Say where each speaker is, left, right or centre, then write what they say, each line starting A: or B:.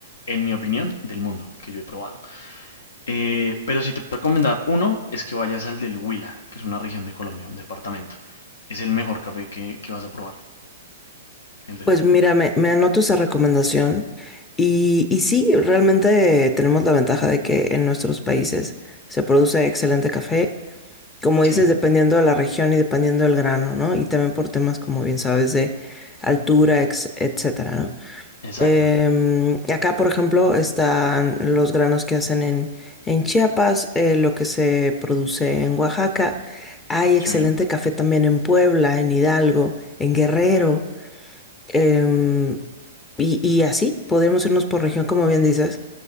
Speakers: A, on the left; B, on the left.
A: en mi opinión, del mundo que yo he probado. Eh, pero si te puedo recomendar uno, es que vayas al del Huila, que es una región de Colombia, un departamento. Es el mejor café que, que vas a probar, el del
B: Pues
A: Huila.
B: mira, me, me anoto esa recomendación y, y sí, realmente tenemos la ventaja de que en nuestros países se produce excelente café, como
A: Sí,
B: dices, dependiendo de la región y dependiendo del grano, ¿no? Y también por temas, como bien sabes, de altura, ex- etcétera, ¿no?
A: exacto.
B: Em, acá, por ejemplo, están los granos que hacen en, en Chiapas, eh, lo que se produce en Oaxaca. Hay excelente
A: Chen,
B: café también en Puebla, en Hidalgo, en Guerrero. Em, y, y así podríamos irnos por región, como bien dices.